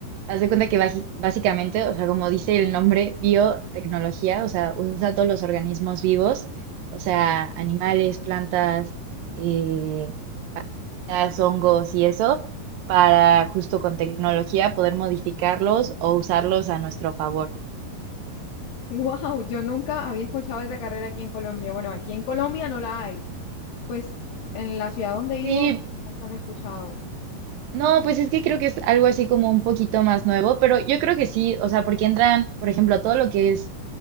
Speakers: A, on the right; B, on the left.
A: haz de cuenta que baji- básicamente, o sea, como dice el nombre, biotecnología, o sea, usa todos los organismos vivos, o sea, animales, plantas, eh, las hongos y eso, para justo con tecnología poder modificarlos o usarlos a nuestro favor.
B: Wow, yo nunca había escuchado esa carrera aquí en Colombia. Bueno, aquí en Colombia no la hay. Pues en la ciudad donde vivo
A: Sí,
B: nunca la he escuchado.
A: No, pues es que creo que es algo así como un poquito más nuevo, pero yo creo que sí, o sea, porque entran, por ejemplo, todo lo que es